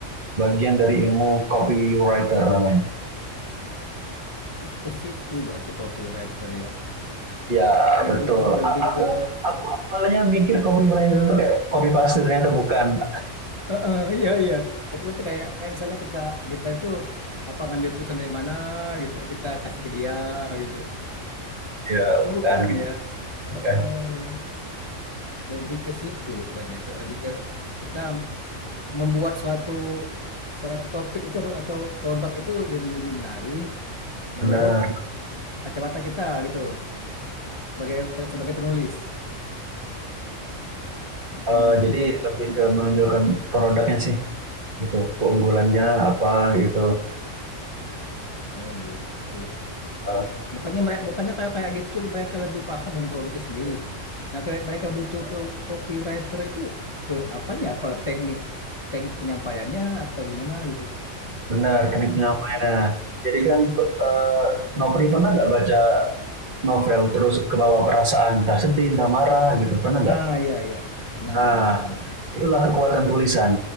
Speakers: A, on the right; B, on the left.
A: bagian dari ilmu copywriter namanya.
B: ke situ berarti copywriter ya.
A: Ya,
B: Lebih
A: betul.
B: ke lebih
A: A- Aku
B: ke
A: aku awalnya mikir copywriter itu kayak copy paste ternyata bukan.
B: Heeh, iya iya. Berarti kayak kayak misalnya kita kita itu apa ngambil tulisan dari mana gitu kita kasih ke dia gitu.
A: Ya,
B: Oh,
A: bukan
B: bukan
A: gitu.
B: ya.
A: Bukan.
B: Heeh, lebih ke situ lupanya. Ke- Lebih ke kita membuat suatu suatu topik itu atau produk itu jadi lebih menarik menurut
A: Benar.
B: kacamata kita gitu sebagai sebagai penulis. Mm-mm.
A: Eh, jadi lebih ke menonjolkan produknya sih gitu. Keunggulannya apa gitu.
B: Oh gitu.
A: Eh,
B: Bukannya mereka, bukannya kayak kayak gitu mereka lebih paham dengan produknya sendiri. Nah, kayak mereka butuh ke copywriter itu ke apanya? Apa teknik teknik penyampaiannya atau gimana gitu,
A: benar,
B: Ren?
A: teknik penyampaiannya. Jadi kan eh, Nopri pernah nggak baca novel terus kebawa perasaan, entah sedih, entah marah gitu. Pernah nggak?
B: Ah, iya iya. Pernah,
A: Nah,
B: pernah, pernah.
A: itulah kekuatan tulisan.